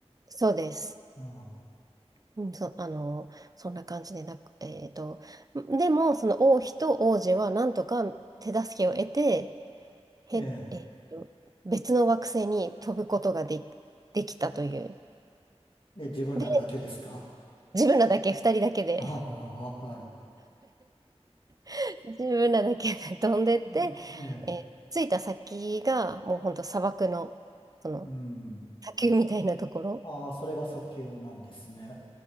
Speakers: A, on the right; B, on the left.
A: ーそうです。
B: あ
A: うんそ、あのーそんな感じでなく、えっと、でも、その王妃と王子はなんとか手助けを得て、へ、
B: あ、え
A: えっと、別の惑星に飛ぶことがで、できたという。
B: え、え、自分らだけですか。
A: で、自分らだけ、2人だけで、
B: ああ、はい。
A: <laughs> 自分らだけで飛んでって、
B: うんええ、
A: えー着いた先がもう本当砂漠の、その
B: うん。
A: 砂丘みたいなところ。
B: ああ、それが砂丘なんですね。